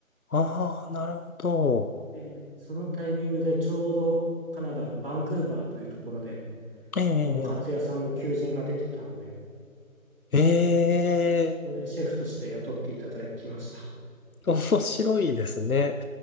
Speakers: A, on the left; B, on the right.
A: ああ、なるほど。
B: でそのタイミングでちょうどカナダのバンクーバーというところで、
A: ええ、
B: とんかつ屋さんの求人が出てたので、
A: ええ、
B: そこでシェフとして雇っていただきました。
A: <laughs> 面白いですね。